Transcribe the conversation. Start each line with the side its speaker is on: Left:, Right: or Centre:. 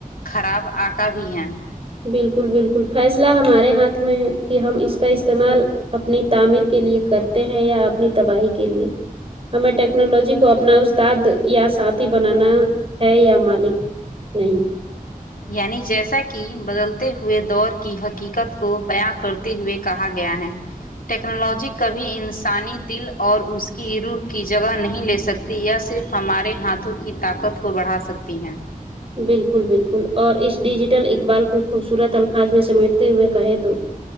Left: خراب آکا بھی ہے
Right: بالکل بالکل فیصلہ ہمارے ہاتھ میں ہے کہ ہم اس کا استعمال اپنی تعمیر کے لیے کرتے ہیں یا اپنی تباہی کے لیے ہمیں ٹیکنالوجی کو اپنا استاد یا ساتھی بنانا ہے یا مالک نہیں
Left: یعنی جیسا کہ بدلتے ہوئے دور کی حقیقت کو بیاں کرتے ہوئے کہا گیا ہے ٹیکنالوجی کبھی انسانی دل اور اس کی روح کی جگہ نہیں لے سکتی یا صرف ہمارے ہاتھوں کی طاقت کو بڑھا سکتی ہیں
Right: بالکل بالکل اور اس ڈیجیٹل اقبال کو خوبصورت الفاظ میں سمیٹتے ہوئے کہے تو